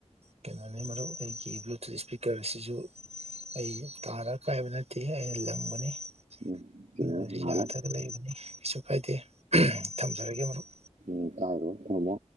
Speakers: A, on the right (about 60°); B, on the right (about 85°).
A: ꯀꯩꯅꯣꯅꯤ ꯃꯔꯨꯞ ꯑꯩꯒꯤ ꯕ꯭ꯂꯨꯇꯨꯠ ꯏꯁꯄꯤꯀꯔ ꯑꯁꯤꯖꯨ ꯑꯩ ꯇꯥꯔ ꯀꯥꯏꯕ ꯅꯠꯇꯦ ꯑꯩꯅ ꯂꯪꯕꯅꯤ
B: ꯎꯝ ꯆꯨꯝꯃꯦ
A: <unintelligible>
B: ꯅꯥꯍꯜꯂꯣ
A: ꯌꯥꯗ꯭ꯔꯒ ꯂꯩꯕꯅꯤ ꯀꯩꯁꯨ ꯀꯥꯏꯗꯦ ꯊꯝꯖꯔꯒꯦ ꯃꯔꯨꯞ
B: ꯎꯝ ꯀꯥꯏꯔꯣ ꯊꯝꯃꯣ